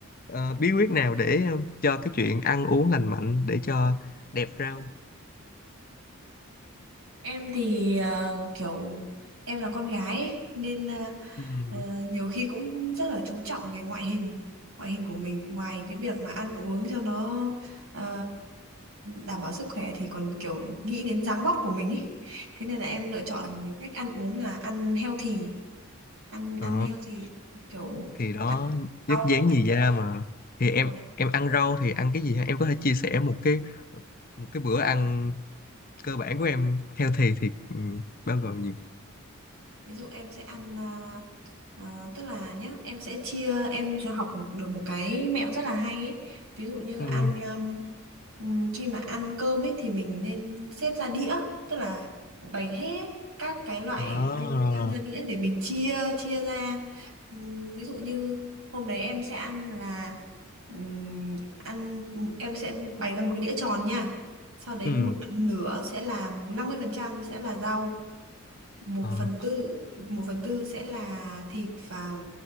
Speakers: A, on the left; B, on the right.
A: ờ, bí quyết nào để ờ, cho cái chuyện ăn uống lành mạnh để cho đẹp ra không
B: em thì ờ, kiểu em là con gái ấy, nên ờ,
A: Ừm.
B: Ờ, nhiều khi cũng rất là chú trọng về ngoại hình ngoại hình của mình ngoài cái việc mà ăn uống cho nó ờ, đảm bảo sức khỏe thì còn kiểu nghĩ đến dáng vóc của mình ý. Thế nên là em lựa chọn cách ăn uống là ăn healthy ăn
A: Ờ,
B: ăn healthy kiểu
A: thì đó
B: rau
A: nhất dán nhì da mà thì em
B: đúng rồi.
A: em ăn rau thì ăn cái gì ha em có thể chia sẻ một cái một cái bữa ăn cơ bản của em healthy thì ừm, bao gồm gì
B: Ví dụ em sẽ ăn à, Ờ, tức là nhá em sẽ chia em cho học được một cái mẹo rất là hay ấy. Ví dụ như
A: Ừm.
B: ăn um, ừm, khi mà ăn cơm ấy thì mình nên xếp ra đĩa tức là bày hết các cái loại
A: À.
B: ăn thức ăn ra đĩa để mình chia chia ra Ừm, ví dụ như hôm đấy em sẽ ăn là ừm, ăn em sẽ bày ra một cái đĩa tròn nha sau đấy
A: Ừm.
B: một nửa sẽ là 50% sẽ là rau một
A: Ờ.
B: phần tư một phần tư sẽ là thịt và